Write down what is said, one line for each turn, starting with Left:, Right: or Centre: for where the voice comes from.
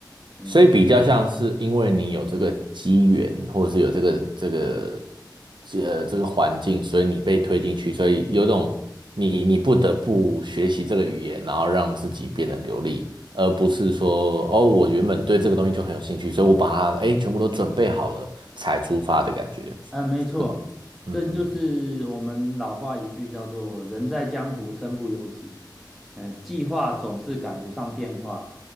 Centre: 嗯
Right: 所以比较像是因为你有这个机缘，或者是有这个这个呃这个环境，所以你被推进去，所以有种你你不得不学习这个语言，然后让自己变得流利，而不是说哦，我原本对这个东西就很有兴趣，所以我把它哎全部都准备好了才出发的感觉，
Centre: 嗯，没错，
Right: 是吗？嗯
Centre: 这就是我们老话一句叫做“人在江湖身不由己”。嗯，计划总是赶不上变化，